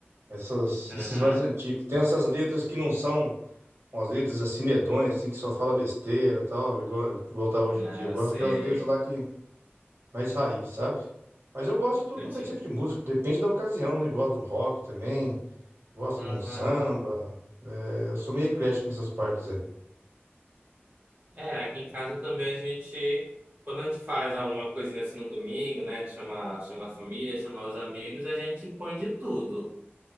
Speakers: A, on the right; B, on the right.
A: essas,
B: Aham,
A: esses mais antigos. Tem essas letras que não são umas letras assim medonhas, assim, que só fala besteira e tal, igual, igual tá hoje
B: Ah,
A: em dia. Eu
B: eu
A: gosto
B: sei.
A: daquelas letras lá que mais raiz, sabe? Mas eu gosto de tudo
B: Eu
A: quanto
B: te...
A: é tipo de música, depende da ocasião, né? Gosto do rock também, gosto
B: Aham.
A: de um samba. É, eu sou meio eclético nessas partes aí.
B: É, aqui em casa também a gente, quando a gente faz alguma coisinha assim no domingo, né, de chamar, chamar a família, chamar os amigos, a gente põe de tudo.